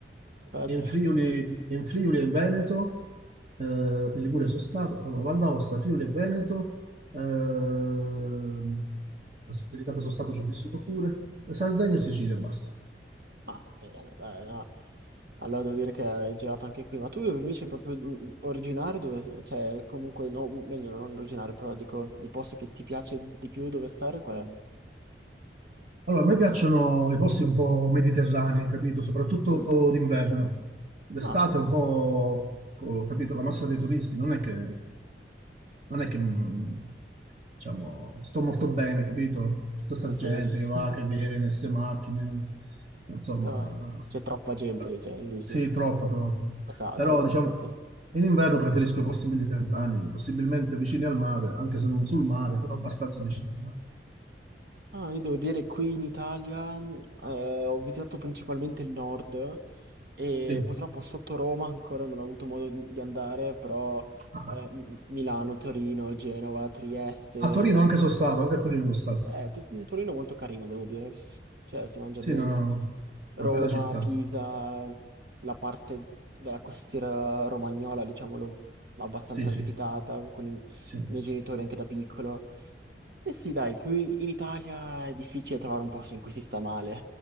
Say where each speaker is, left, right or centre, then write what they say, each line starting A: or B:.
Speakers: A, on the right; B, on the right.
A: Infatti-
B: in Friuli, in Friuli e in Veneto, eh, in Liguria sono stato, allora Val d'Aosta, Friuli e Veneto, eh, la Basilicata sono stato, ci ho vissuto pure, Sardegna e Sicilia, basta.
A: Ah, bene, dai, no. Allora devo dire che hai girato anche qui, ma tu invece proprio mm, mm, originario dove, cioè comunque, no, meglio non originario, però dico, il posto che ti piace di più dove stare qual
B: Allora, a me piacciono i posti un po' mediterranei, capito? Soprattutto
A: è? Mm.
B: d'inverno. D'estate
A: Ah,
B: un po', ho capito, la massa dei turisti non è che, non è che, mh, diciamo, sto molto bene, capito? Tutta
A: sì,
B: sta
A: sì.
B: gente che va, che viene, queste macchine, insomma,
A: Dai. C'è troppa gente
B: eh,
A: lì, cioè, dici?
B: sì, troppo, troppo.
A: È saturo,
B: Però, diciamo,
A: sì, sì.
B: in inverno preferisco i posti mediterranei, possibilmente vicini al mare, anche se non sul mare, però abbastanza vicini al mare.
A: Ah, io devo dire qui in Italia eh, ho visitato principalmente il nord, E
B: Sì.
A: purtroppo sotto Roma ancora non ho avuto modo di andare, però
B: Ah,
A: eh,
B: ah.
A: M- Milano, Torino, Genova, Trieste.
B: A Torino anche sono stato,
A: eh,
B: anche a Torino sono stato.
A: eh, tu- Torino è molto carino, devo dire. S- Cioè, si mangia
B: Sì,
A: bene.
B: una,
A: Roma,
B: una bella città.
A: Pisa, la parte della costiera romagnola, diciamolo, abbastanza
B: Sì, sì,
A: visitata con i
B: sì,
A: miei genitori anche da piccolo. E sì, dai, qui in Italia è difficile trovare un posto in cui si sta male,